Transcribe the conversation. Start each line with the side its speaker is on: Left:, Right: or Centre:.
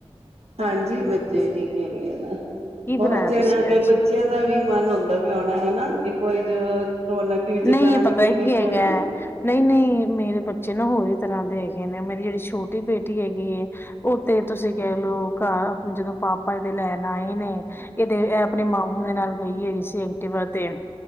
Right: ਹਾਂਜੀ ਬੱਚੇ ਠੀਕ ਹੈਗੇ
Left: ਕੀ
Right: ਹੋਰ
Left: ਬਣਾਇਆ
Right: ਓਥੇ
Left: ਤੁਸੀਂ
Right: ਜਾ ਕੇ
Left: ਅੱਜ
Right: ਬੱਚਿਆਂ ਦਾ ਵੀ ਮਨ ਹੁੰਦਾ ਵੀ ਆਉਣਾ ਹਨਾ ਇੱਕ ਵਾਰੀ ਰੌਣਕ ਵਿੱਚ
Left: ਨਹੀਂ
Right: ਜਾਣ
Left: ਪਤਾ
Right: ਫਿਰ ਕ
Left: ਕੀ ਹੈਗਾ
Right: ਨਾ
Left: ਨਹੀਂ ਨਹੀਂ ਮੇਰੇ ਬੱਚੇ ਹੋਰ ਹੀ ਤਰ੍ਹਾਂ ਦੇਖਹੇ ਨੇ ਮੇਰੀ ਜਿਹੜੀ ਛੋਟੀ ਬੇਟੀ ਹੈਗੀ ਏ ਉਹ ਤੇ ਤੁਸੀਂ ਕਹਿ ਲੋਓ ਘਰ ਜਦੋਂ ਪਾਪਾ ਇਹਦੇ ਲੈਣ ਆਏ ਨੇ ਇਹਦੇ ਇਹ ਆਪਣੇ ਮਾਮੂ ਦੇ ਨਾਲ ਗਈ-ਗਈ ਸੀ ਐਕਟਿਵਾ ਦੇਣ